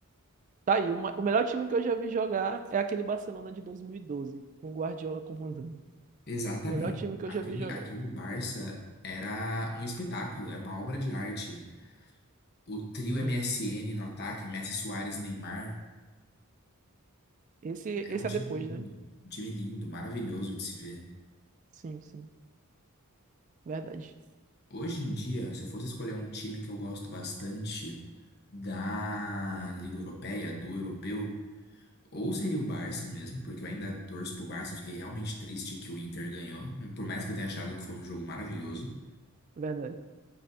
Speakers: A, on the right (about 35°); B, on the left (about 50°).
A: Tá aí, uma- o melhor time que eu já vi jogar é aquele Barcelona de 2012, com o Guardiola comandando.
B: Exatamente.
A: Melhor time que eu
B: Aquele,
A: já vi jogar.
B: aquele Barça era um espetáculo, era uma obra de arte. O trio M
A: Sim.
B: S N no ataque, Messi, Suárez, Neymar,
A: Esse,
B: era
A: esse
B: um time
A: é depois,
B: lindo,
A: né?
B: um time lindo, maravilhoso de se ver.
A: Sim, sim. Verdade.
B: Hoje em dia, se eu fosse escolher um time que eu gosto bastante da Liga Europeia, do europeu, ou seria o Barça mesmo, porque eu ainda torço pro Barça, eu fiquei realmente triste que o Inter ganhou, por mais que eu tenha achado que foi um jogo maravilhoso.
A: Verdade.